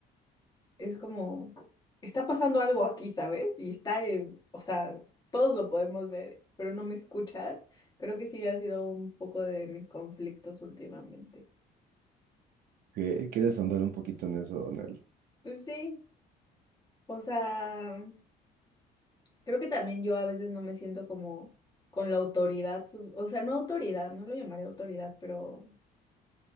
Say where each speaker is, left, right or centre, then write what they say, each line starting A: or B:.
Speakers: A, on the left; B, on the right.
A: es como, está pasando algo aquí, ¿sabes? Y está, eh, o sea, todos lo podemos ver, pero no me escuchar. Creo que sí ha sido un poco de mis conflictos últimamente.
B: ¿Qué- ¿Quieres ahondar un poquito en eso, Donald?
A: Pues sí, o sea... Creo que también yo a veces no me siento como con la autoridad, su- o sea, no autoridad, no lo llamaré autoridad, pero